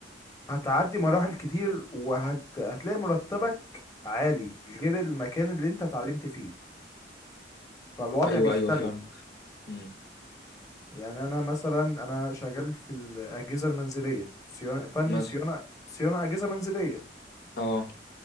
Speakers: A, on the left; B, on the left.
A: هتعدي مراحل كتير وهتلاقي مرتبك عالي غير المكان اللي انت اتعلمت فيه فالوضع
B: ايوه
A: بيختلف
B: ايوه فاهمك امم
A: يعني انا مثلا انا شغال في الاجهزه المنزليه صيانه فني
B: مثلا
A: صيانه صيانه اجهزه منزليه
B: اه